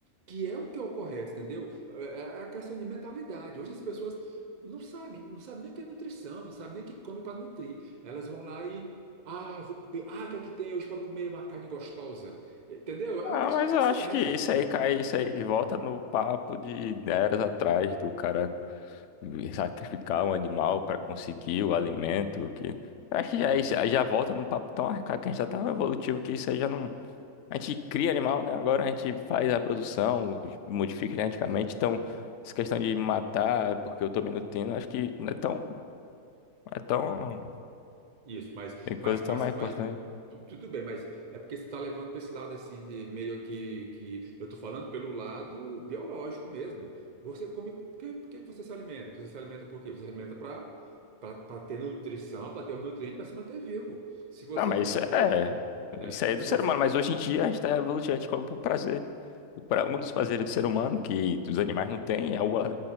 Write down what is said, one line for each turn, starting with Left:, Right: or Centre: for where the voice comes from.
Right: que é o que é o correto, entendeu? É é, é a questão de mentalidade. Hoje as pessoas não sabem, não sabem nem o que é nutrição, não sabem nem o que come para nutrir. Elas vão lá e, ah, vou comer, ah, o que é que tem hoje para comer uma carne gostosa? Entendeu? É
Left: Ah,
Right: uma questão
Left: mas
Right: de consciência,
Left: eu acho que isso
Right: né?
Left: aí cai, isso aí de volta no papo de eras atrás do cara sacrificar um animal para conseguir o alimento, que acho que
Right: Isso,
Left: já é isso, já volta num papo tão arcaico que a gente tá tão evolutivo que isso aí já não. A gente cria animal, né? Agora a gente faz a produção, modifica geneticamente,
Right: isso.
Left: então essa questão de matar porque eu tô me nutrindo, acho que não é tão, é tão,
Right: Isso, mas,
Left: tem coisa
Right: mas,
Left: tão
Right: mas,
Left: mais importante.
Right: mas tu- tudo bem, mas é porque você está levando para esse lado assim de meio que, que eu estou falando pelo lado biológico mesmo. Você come por que, por que você se alimenta? Você se alimenta por quê? Você se alimenta para para ter nutrição, para ter os nutrientes, para se manter vivo. Se você
Left: Não, mas
Right: não
Left: isso
Right: comer,
Left: é,
Right: né?
Left: isso aí é
Right: Se
Left: do ser
Right: você
Left: humano, mas hoje em dia a gente tá evolutivo, a gente come por prazer. Para um dos prazeres do ser humano, que os animais não têm, é o, a-